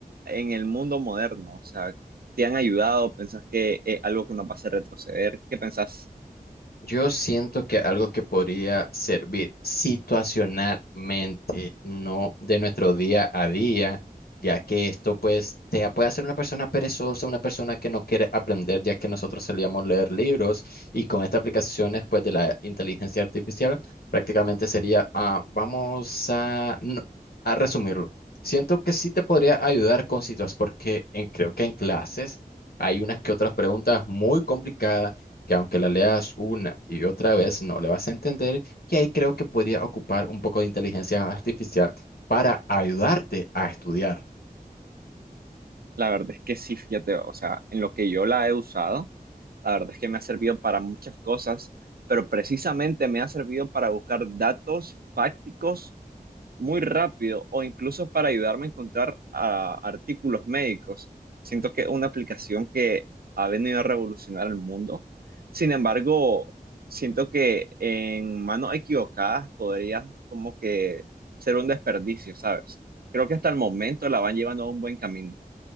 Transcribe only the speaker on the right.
en el mundo moderno? O sea, ¿te han ayudado? ¿Pensás que es algo que nos va a hacer retroceder? ¿Qué pensás?
La verdad es que sí, fíjate, o sea, en lo que yo la he usado, la verdad es que me ha servido para muchas cosas, pero precisamente me ha servido para buscar datos fácticos muy rápido o incluso para ayudarme a encontrar ah, artículos médicos. Siento que es una aplicación que ha venido a revolucionar el mundo. Sin embargo, siento que en manos equivocadas podría como que ser un desperdicio, ¿sabes? Creo que hasta el momento la van llevando a un buen camino.